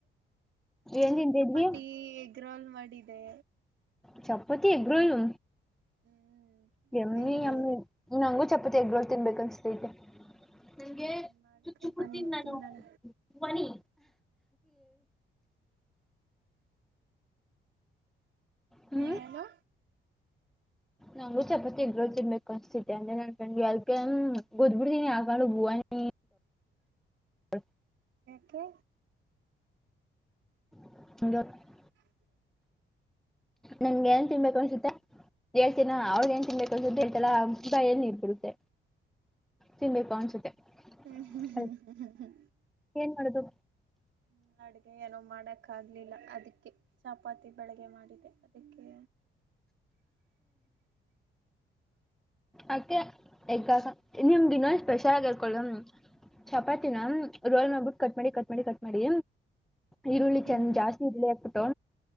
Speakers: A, in the centre; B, on the right.
A: ಏನ್ ತಿಂದಿದ್ವಿ
B: ಚಪಾತಿ ಎಗ್ ರೋಲ್ ಮಾಡಿದೆ
A: ಚಪ್ಪೋತಿ ಆಗ್ರೋಲು
B: ಹ್ಮ್
A: ಎಮಿ
B: ತಿಂದೆ
A: ಎಮಿ ನಂಗೂ ಚಪ್ಪತಿ ಎಗ್ ರೋಲ್ ತಿನ್ಬೇಕು ಅನ್ಸ್ತೈತಿ ನನ್ಗೆ
B: ಹ್ಮ್ ಮಾಡ್ಕೊ
A: ಚುಚ್ಚು ಕೊಡ್ತೀನಿ
B: ಬನ್ನಿ
A: ನಾನು
B: ತಿನ್ನೋಣ
A: ಮನಿ ಹ್ಮ್
B: ಹೇನು
A: ನಂಗೂ ಚಪಾತಿ ಇಗ್ರೋಲ್ ತಿನ್ಬೇಕು ಅನಿಸುತ್ತಿತೈತೆ ಅಂದೆ ಅದಕ್ಕೆ ನನ್ ತಂಗಿ ಗುದ್ದು ಬಿಡ್ತೀನಿ ಹಾಕೊಂಡು ಬೋನಿ
B: ಹ
A: ಹ್ಮ
B: ಯಾಕೆ
A: <inaudible>
B: <inaudible>
A: ನಿಂಗೇನ್ ಏನ್ ತಿನ್ಬೇಕು ಅನ್ಸುತ್ತಾ ಹೇಳ್ತೀನ ಅವ್ರಗ್ ಏನ್ ತಿನ್ಬೇಕು ಅಂತಸದ್ದ ಹೇಳ್ತಲ್ಲ ಭಯಲ್ಲಿ ನೀರ್ ಬರುತ್ತೆ ತಿನ್ಬೇಕು ಅನ್ಸುತ್ತೆ
B: ಹ್ಮ
A: ಅದ್
B: ಹ
A: ಏನ್ ಮಾಡೋದು
B: <inaudible> ಅಡುಗೆ ಏನೋ ಮಾಡಕ್ಕಾಗಲಿಲ್ಲ ಅದಕ್ಕೆ ಚಪಾತಿ ಬೆಳ್ಳಗೆ ಮಾಡಿದೆ ಅದಕ್ಕೆ <inaudible>
A: ಅಕೆ ಎಗ್ಗ ನಿಮ್ ಇನೊಂದಿನ ಸ್ಪೆಷಲ್ ಆಗಿ ಇರ್ಕೊಳ ಚಪಾತಿ ರೋಲ್ ಮಾಡ್ಬಿಟು ಕಟ್ ಮಾಡಿ ಕಟ್ ಮಾಡಿ ಕಟ್ ಮಾಡಿ ಈರುಳ್ಳಿ
B: ಹ್ಮ್
A: ಚೆಂದ ಜಾಸ್ತಿ ಇರ್ಲಿ ಹಾಕ್ಬಿಟ್ಟು